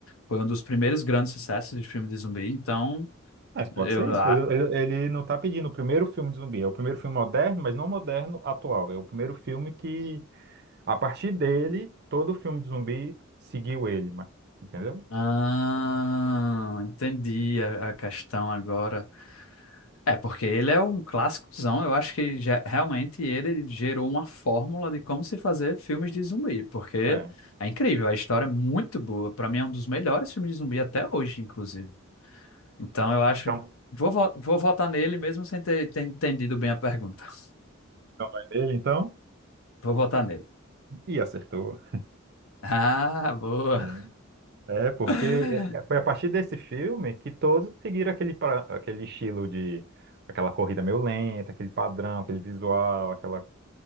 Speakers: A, on the left (about 80°); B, on the right (about 50°).
A: foi um dos primeiros grandes sucessos de filme de zumbi, então
B: Mas pode
A: eu.
B: ser isso.
A: a-
B: Ele, ele- ele não está pedindo o primeiro filme de zumbi. É o primeiro filme moderno, mas não moderno atual. É o primeiro filme que A partir dele, todo filme de zumbi seguiu ele, ma- entendeu?
A: Ah, entendi a, a questão agora. É, porque ele é um clássicozão, eu acho que já- realmente ele gerou uma fórmula de como se fazer filmes de zumbi, porque
B: É.
A: é incrível, a história é muito boa, pra mim é um dos melhores filmes de zumbi até hoje, inclusive. Então eu acho.
B: Então,
A: Vou, vo- vou votar nele mesmo sem ter ter entendido bem a pergunta. <laughs>
B: vai dele, então,
A: Vou votar nele.
B: e acertou.
A: Ah, boa.
B: É, É, porque
A: <laughs>
B: é- é- foi a partir desse filme que todos seguiram aquele, pra- aquele estilo de aquela corrida meio lenta, aquele padrão, aquele visual, aquela